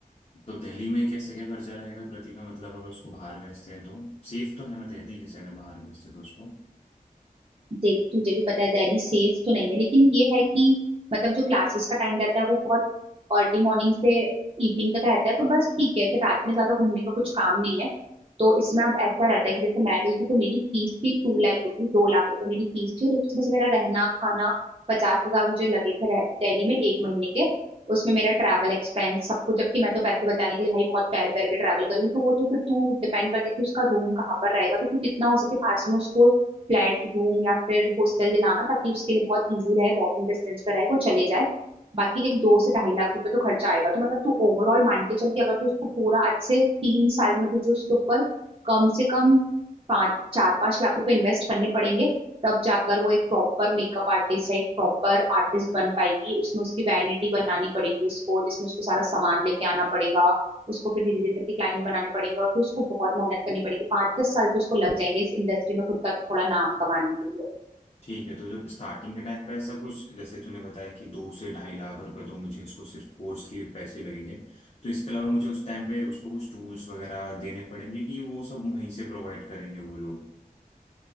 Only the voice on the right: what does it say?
देख तुझे भी पता है दिल्ली सेफ तो नहीं है लेकिन ये है कि मतलब जो क्लासेस का टाइम रहता है वो बहुत अर्ली मॉर्निंग से इवनिंग तक रहता है तो बस ठीक है फिर रात में ज्यादा घूमने का कुछ काम नहीं है तो इसमें अब ऐसा रहता है कि जैसे मैं गई थी तो मेरी फीस थी टू लाख रुपीज दो लाख रुपए मेरी फीस थी और उसमें से मेरा रहना खाना पचास हजार मुझे लगे थे रह- दिल्ली में एक महीने के उसमें मेरा ट्रैवल एक्सपेंस सब कुछ जबकि मैं तो पैसे बचाने के लिए भाई बहुत पैर पैर पे ट्रैवल करी हूँ तो वो तो फिर तू डिपेंड करता है कि उसका रूम कहाँ पर रहेगा तो तू जितना हो सके पास में उसको फ्लैट रूम या फिर हॉस्टल दिलाना ताकि उसके लिए बहुत इजी रहे वॉकिंग डिस्टेंस पे रहे वो चले जाए बाकी देख दो से ढाई लाख रुपए तो खर्चा आएगा तो मतलब तू ओवरऑल मान के चल के अगर तू उसको पूरा आज से तीन साल में तुझे उसके ऊपर कम से कम पाँच चार पांच लाख रुपए इन्वेस्ट करने पड़ेंगे तब जाकर वो एक प्रॉपर मेकअप आर्टिस्ट या एक प्रॉपर आर्टिस्ट बन पाएगी उसमें उसकी वैनिटी बनानी पड़ेगी उसको जिसमें उसको सारा सामान लेके आना पड़ेगा उसको फिर धीरे धीरे करके क्लाइंट बनाने पड़ेंगे और फिर उसको बहुत मेहनत करनी पड़ेगी पाँच दस साल तो उसको लग जाएंगे इस इंडस्ट्री में खुद का थोड़ा नाम कमाने के लिए